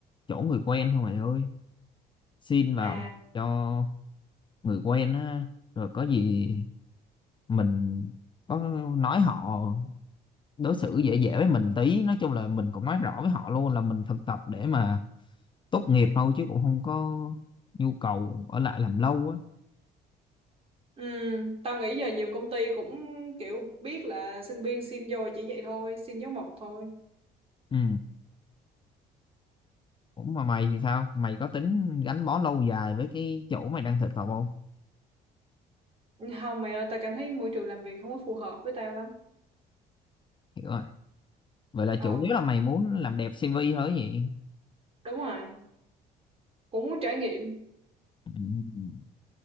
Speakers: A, on the left; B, on the right.
A: chỗ người quen thôi mày ơi. Xin vào
B: À,
A: cho người quen á rồi có gì mình có nói họ đối xử dễ dễ với mình tí nói chung là mình cũng nói rõ với họ luôn là mình thực tập để mà tốt nghiệp thôi chứ cũng không có nhu cầu ở lại làm lâu á
B: ừ, tao nghĩ giờ nhiều công ty cũng kiểu biết là sinh viên xin vô chỉ vậy thôi, xin dấu mộc thôi.
A: ừ cũng mà mày thì sao mày có tính gắn bó lâu dài với cái chỗ mày đang thực tập không
B: Không mày ơi, tao cảm thấy môi trường làm việc không có phù hợp với tao lắm.
A: hiểu rồi vậy là chủ
B: Ờ,
A: yếu là mày muốn làm đẹp CV thôi gì
B: đúng rồi, cũng muốn trải nghiệm.
A: ừ.